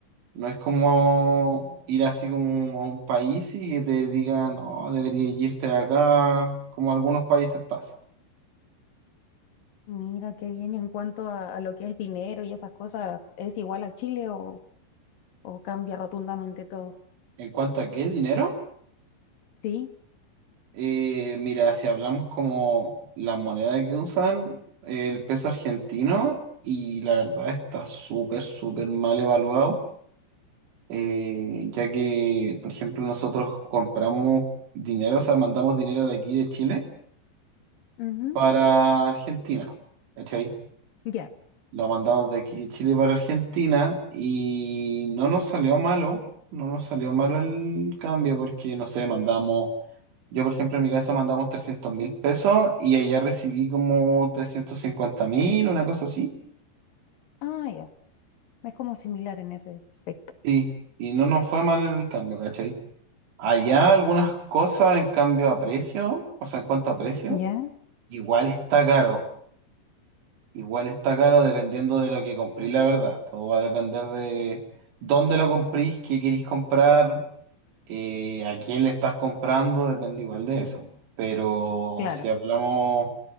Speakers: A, on the right; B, on the left.
A: No es como ir así como a un país y que te digan, no, deberías irte de acá, como algunos países pasa.
B: Mira, qué bien. Y En cuanto a, a lo que es dinero y esas cosas, ¿es igual a Chile o, o cambia rotundamente todo?
A: En cuanto a qué dinero,
B: Sí,
A: eh, mira, si hablamos como la moneda que usan, el peso argentino, y la verdad está súper, súper mal evaluado, eh, ya que, por ejemplo, nosotros compramos dinero, o sea, mandamos dinero de aquí de Chile
B: ujú,
A: para Argentina. ¿cachai?
B: ya.
A: Lo mandamos de aquí de Chile para Argentina y no nos salió malo, no nos salió malo el cambio porque, no sé, mandamos, yo por ejemplo en mi caso mandamos trescientos mil pesos y allá recibí como trescientos cincuenta mil, una cosa así,
B: Ah, ya. Es como similar en ese aspecto.
A: y, y no nos fue mal el cambio, ¿cachai? Allá algunas cosas en cambio a precio, o sea, en cuanto a precio,
B: Ya,
A: igual está caro, igual está caro dependiendo de lo que compré, la verdad, todo va a depender de dónde lo comprís, qué queréis comprar. eh, a quién le estás comprando depende igual de eso. Pero
B: claro.
A: si hablamos